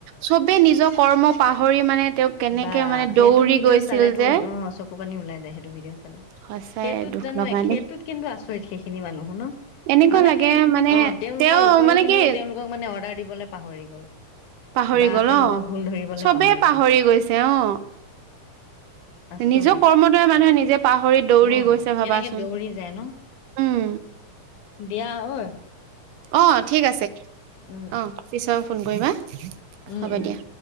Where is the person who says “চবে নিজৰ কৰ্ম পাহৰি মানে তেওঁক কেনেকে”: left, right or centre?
Right